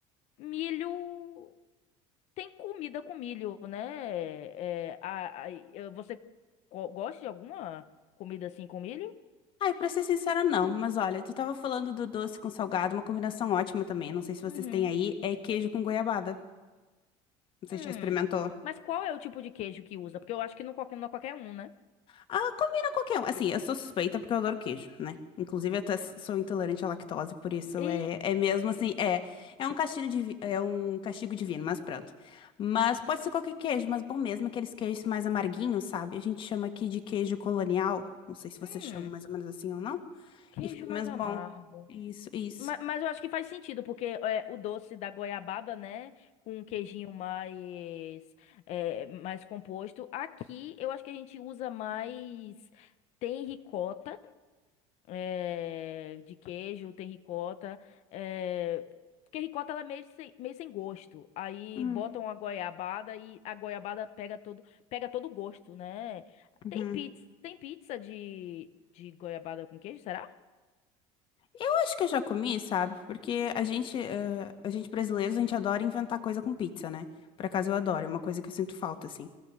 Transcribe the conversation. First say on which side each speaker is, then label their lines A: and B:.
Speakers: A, on the left (about 55°); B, on the left (about 40°).
A: Milho. Tem comida com milho, né? É, a- a- eu- você co- gosta de alguma comida assim com milho?
B: Ai, pra ser sincera, não. Mas olha, tu tava falando do doce com salgado, uma combinação ótima também. Não sei se vocês
A: Uhum.
B: têm aí, é queijo com goiabada. Não sei
A: Hum.
B: se já experimentou.
A: Mas qual é o tipo de queijo que usa? Porque eu acho que não, qualquer- não é qualquer um, né?
B: Ah, combina qualquer um. Assim, eu sou suspeita porque eu adoro queijo, né? Inclusive, eu até s- sou intolerante à lactose, por isso
A: E...
B: é, é mesmo assim, é, é um castigo divi- é um castigo divino, mas pronto. Mas pode ser qualquer queijo, mas bom mesmo aqueles queijos mais amarguinhos, sabe? A gente chama aqui de queijo colonial. Não sei se você
A: Hum.
B: chama mais ou menos assim ou não.
A: Queijo
B: E fica
A: mais
B: mesmo
A: amargo.
B: bom. Isso, isso.
A: Ma- Mas, eu acho que faz sentido, porque é, o doce da goiabada, né? Com um queijinho mais, é, mais composto. Aqui eu acho que a gente usa mais. Tem ricota. eh, de queijo, tem ricota. eh, porque ricota ela é meio sem, meio sem gosto. Aí
B: Uhum.
A: botam a goiabada e a goiabada pega todo, pega todo o gosto, né?
B: uhum.
A: Tem pizza, tem pizza de, de goiabada com queijo, será?
B: Eu acho que eu já comi, sabe? Porque a gente, eh, a gente brasileiros, a gente adora inventar coisa com pizza, né? Por acaso eu adoro, é uma coisa que eu sinto falta, assim.